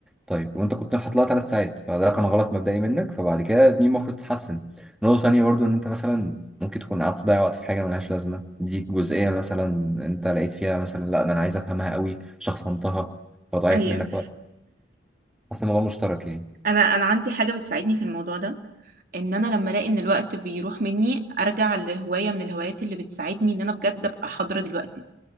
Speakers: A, in the centre; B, on the right.
A: طيب وانت كنت حاطط لها ثلاث ساعات فده كان غلط مبدئي منك فبعد كده دي المفروض تتحسن نقطة تانية برضو ان انت مثلا ممكن تكون قعدت تضيع وقت في حاجة ملهاش لازمة دي جزئية مثلا انت لقيت فيها مثلا لا ده انا عايز افهمها قوي شخصنتها فضيعت
B: ايوه
A: منك وقت اصل الموضوع مشترك يعني
B: انا انا عندي حاجة بتساعدني في الموضوع ده ان انا لما الاقي ان الوقت بيروح مني ارجع لهواية من الهوايات اللي بتساعدني ان انا بجد ابقى حاضرة دلوقتي